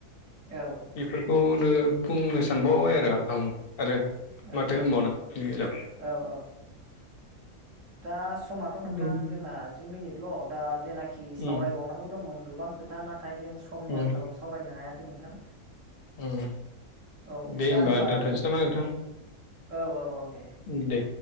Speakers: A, on the right; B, on the left.
A: औ
B: बेफोरखौ। नो बुंनो सानबावबाय आरो आं। आरो
A: औ
B: माथो होनबावनो बेनि बेलायाव।
A: औ औ दा समाथ' नोंथां
B: उम
A: जोंहा जि मिनिटल' दा जेनाखि सावरायबावनांगौ
B: उम
A: दंमोन गोबां। खोथा नाथाय जों समनि
B: उम
A: आंखालाव सावरायनो हायासै नोंथां।
B: उम
A: औ
B: दे
A: दा होमबा
B: दोनथ'नोसै
A: जों
B: नामा नोंथां
A: औ औ औ। दे
B: दे